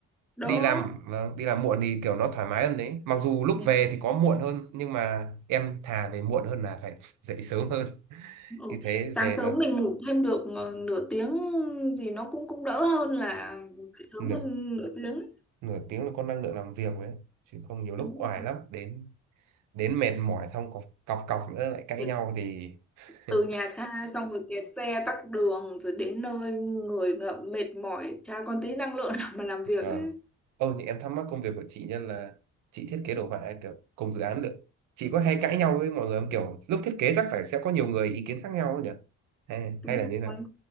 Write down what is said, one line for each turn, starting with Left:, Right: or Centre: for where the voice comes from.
Centre: đỡ.
Right: đi làm vâng, đi làm muộn thì kiểu nó thoải mái hơn đấy mặc dù lúc
Centre: Ừ.
Right: về thì có muộn hơn nhưng mà em thà về muộn hơn là phải dậy sớm hơn
Centre: ừ.
Right: như thế
Centre: Sáng
Right: về
Centre: sớm
Right: nó
Centre: mình ngủ thêm được ờ, nửa tiếng gì nó cũng cũng đỡ hơn là dậy sớm
Right: vâng
Centre: hơn nửa tiếng. ấy.
Right: nửa tiếng là con năng lượng làm việc ấy chứ không nhiều lúc
Centre: Đúng
Right: oải
Centre: rồi.
Right: lắm đến đến mệt mỏi xong cọc cọc, cọc nữa lại cãi
Centre: Việc
Right: nhau thì <laughs>
Centre: từ nhà xa xong rồi kẹt xe tắc đường rồi đến nơi người ngợm mệt mỏi chả còn tí năng lượng <laughs> nào mà làm việc
Right: Vâng.
Centre: ấy.
Right: Ô, thì em thắc mắc công việc của chị nhân là chị thiết kế đồ họa ấy, kiểu cùng dự án được. Chị có hay cãi nhau với mọi người không? Kiểu lúc thiết kế chắc phải sẽ có nhiều người ý kiến khác nhau ấy nhỉ? Hay,
Centre: Đúng
Right: hay là
Centre: rồi.
Right: như thế nào?